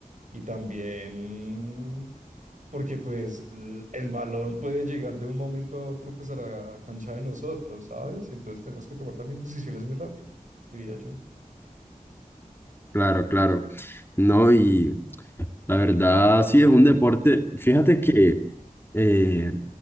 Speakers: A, on the right; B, on the left.
A: y también porque pues l- el balón puede llegar de un momento a otro pues a la cancha de nosotros, ¿sabes? Entonces tenemos que tomar también decisiones muy rápido, diría yo.
B: Claro, claro. No, y la verdad, sí, es un deporte. Fíjate que eh,